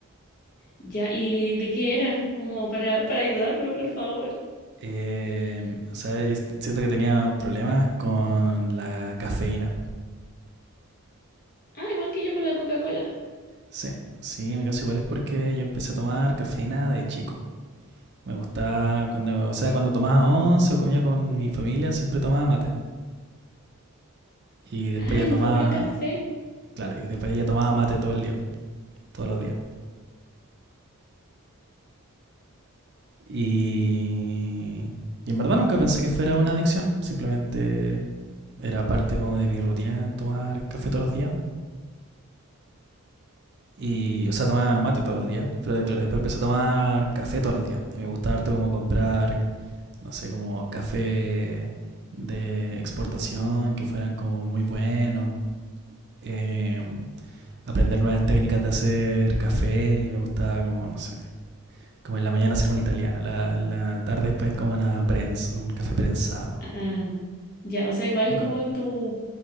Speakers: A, on the left (about 40°); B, on the right (about 50°).
A: Ya, ¿y de qué era? Como para, para ayudarme, por favor.
B: Eh, o sea, yo est- siento que tenía problemas con la cafeína.
A: Ah, igual que yo con la Coca-Cola.
B: Sí, sí, en mi caso igual es porque yo empecé a tomar cafeína de chico. Me gustaba cuando, o sea, cuando tomaba once o comía con mi familia, siempre tomaba mate. Y después
A: Ah,
B: ya
A: ¿no
B: tomaba
A: fue por el café?
B: Claro, y después ella tomaba mate todo el día, todos los días. Y, y en verdad nunca pensé que fuera una adicción, simplemente era parte como de mi rutina tomar café todos los días. Y, o sea, tomar mate todos los días. Pero de- claro, después empecé a tomar café todos los días. Y me gustaba harto como comprar, no sé, como café de exportación, que fueran como muy buenos. Eh, aprender nuevas técnicas de hacer café. Y me gustaba como, no sé, Como en la mañana hacer un italiano, la, la tarde después como una prensa, un café prensado.
A: Ah, ya, o sea, igual
B: Mm,
A: como tu,